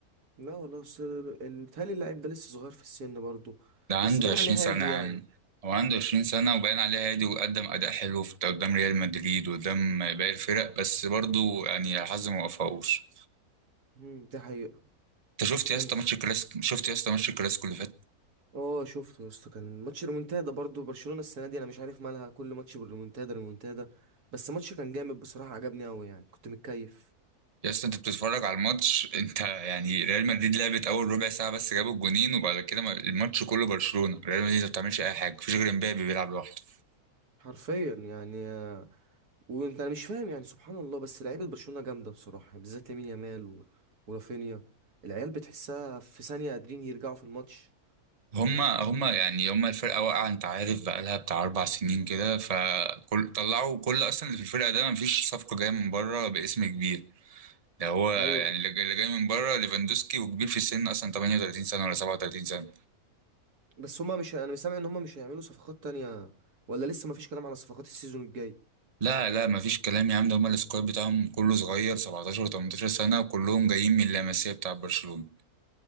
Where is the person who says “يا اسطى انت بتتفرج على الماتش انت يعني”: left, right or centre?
Right